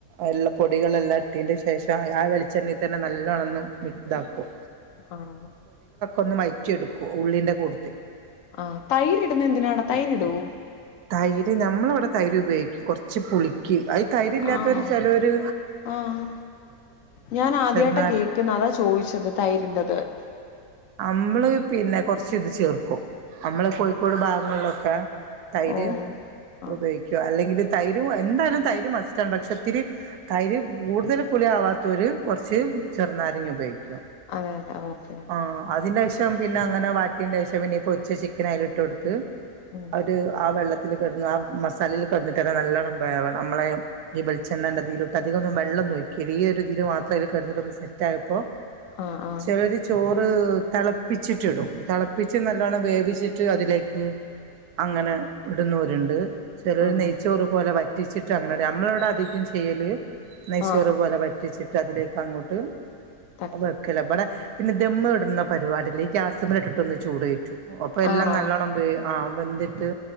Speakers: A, on the right; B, on the left.
A: എല്ലാ പൊടികളെല്ലാ ഇട്ടീന്റെ ശേഷം ആ വെളിച്ചെണ്ണയിൽ തന്നെ നല്ലോണൊന്നും മിക്‌ താക്കും
B: ആഹ്
A: ഒന്ന് വയറ്റിയെടുക്കു ഉള്ളിന്റെ കൂടത്തില്
B: ആഹ് തൈരിടുന്നെ എന്തിനാ തൈരിടോ
A: തൈര് നമ്മളവിടെ തൈര് ഉപയോഗിക്കും കുറച്ച് പുളിക്ക് അത് തൈര്ല്ലാതോര്
B: ആണോ
A: ചേലോര്
B: ആഹ് ഞാൻ ആദ്യായിട്ടാ
A: ചെറുനാ
B: കേക്കുന്ന അതാ ചോദിച്ചത് തൈര്ന്റത് <inaudible>
A: നമ്മള് പിന്നെ കൊറച്ച് ഇത് ചേർക്കും നമ്മള് കോഴിക്കോട്
B: ആണോ
A: ഭാഗങ്ങളിലൊക്കെ തൈര്
B: ഓ ആണോ
A: ഉപയോഗിക്കവല്ല എന്തെക്കില് തൈര് എന്തായാലും തൈര് മാസ്റ്റാണ് പക്ഷെ ഇത്തിരി തൈര് കൂടുതൽ പുളി ആവാത്ത ഒരു കെറച്ച് റച്ച് ചെറുനാരങ്ങാ ഉപയോഗിക്കും
B: അതെ അതെ ഓക്കെ
A: ആ അതിൻ്റെ ആവിശ്യ പിന്നെഎന്തിനാഅങ്ങെനെ വാട്ടിന്ന്ചോദിച്ചാ പിന്നെഈപൊരിച്ച ചിക്കൻ അതില് ഇട്ട് കൊടുത്ത്
B: ഉം
A: ത്ത് ആ വെള്ളത്തിൽകിടന്ന്ആ മസാലയിൽകിടന്നിട്ട്തന്നെ നല്ലോണ്ണംവേവണം നമ്മളെ ഈ വെളിച്ചെണ്ണതന്നെതിരു ട്ടധികം ഒന്ന് വെള്ളംഒന്നുംഒഴിക്കല്ല് ഈയൊരു ഇതില് മാത്രം അയില് കെടന്നിട്ട് ഒന്ന് സെറ്റ് ആയപ്പോ
B: ആഹ് ആഹ്
A: ചിലര് ചോറ് ത് തിളപ്പിച്ചിട്ട് ഇടുംതിളപ്പിച്ച് നല്ലോണ്ണം വേവിച്ചിട്ട് അതിലേക്ക് അങ്ങനെ ഇടുന്നോരുണ്ട് ചെലര്
B: ആണോ
A: നെയ്ച്ചോറ് പോലെ വറ്റിച്ചിട്ട് <unintelligible> നമ്മളിവിടെ അധികം ചെയ്യല് നെയ്ച്ചോറ്
B: ആഹ്
A: പോലെ വറ്റിച്ചിട്ട് അതിലേക്ക് അങ്ങോട്ട് <unintelligible>
B: തട്ട്
A: വെക്കല് ഇബടെ പിന്നെ ദമ്മ് ഇടുന്നപരിപാടില്ലേ ഈ ഗ്യാസിമേല് ഇട്ടിട്ടൊന്ന്ചൂട്കേറ്റും അപ്പോ എല്ലാം
B: ആണോ
A: നല്ലോണം ബേ ആ വെന്തിട്ട്